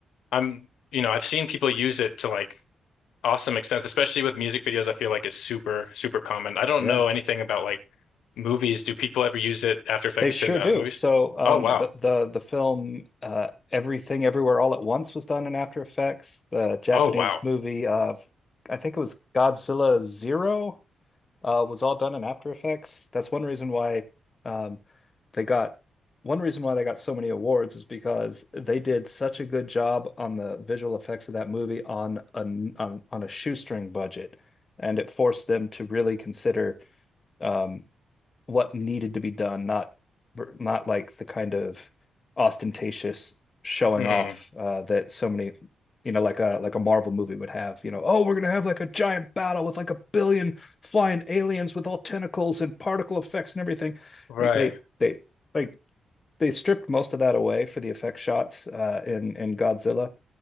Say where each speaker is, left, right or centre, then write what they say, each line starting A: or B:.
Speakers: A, on the left; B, on the left.
A: I'm you know, I've seen people use it to like awesome extent, especially with music videos, I feel like it's super, super common. I don't
B: Yeah,
A: know anything about like movies. Do people ever use it After Effects
B: they sure
A: in uh,
B: do.
A: movies?
B: So um,
A: Oh wow.
B: the the the film uh, Everything Everywhere All at Once was done in After Effects. The Japanese
A: Oh wow.
B: movie, uh, I think it was Godzilla Zero uh, was all done in After Effects. That's one reason why um, they got one reason why they got so many awards is because they did such a good job on the visual effects of that movie on a on, on a shoestring budget, and it forced them to really consider um, what needed to be done, not not like the kind of ostentatious showing
A: Hmm.
B: off uh, that so many you know like a like a Marvel movie would have. You know, oh, we're gonna have like a giant battle with like a billion flying aliens with all tentacles and particle effects and everything.
A: Right.
B: Like they they like they stripped most of that away for the effect shots uh, in in Godzilla,